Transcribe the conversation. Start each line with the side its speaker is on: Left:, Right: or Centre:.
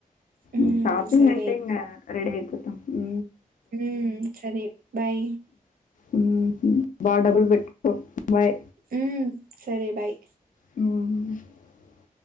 Right: హ్మ్.
Left: ఉ షాపిింగ్
Right: సరే
Left: అంటే ఇంగ రేపు ఉ
Right: ఉ సరే బై
Left: ఉ బా డబల్ పెట్టు బాయ్
Right: ఉ సరే బాయ్
Left: ఊ